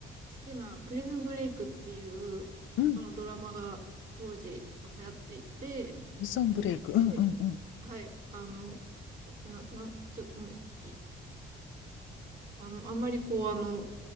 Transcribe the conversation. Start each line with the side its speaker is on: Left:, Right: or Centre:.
Right: 好きなプリズンブレイクっていう
Left: うん。
Right: あのドラマが当時ちょっと流行っていて、
Left: ビジョンブレイク。うんうんうん。
Right: で、はい、あの、な、な、ちょ、うんいあの、あんまりこうあの、